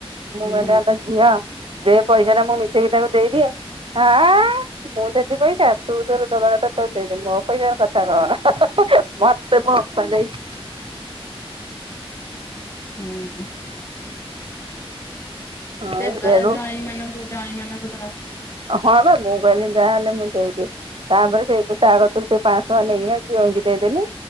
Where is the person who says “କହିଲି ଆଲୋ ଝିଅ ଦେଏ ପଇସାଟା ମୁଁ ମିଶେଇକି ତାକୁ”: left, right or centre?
Right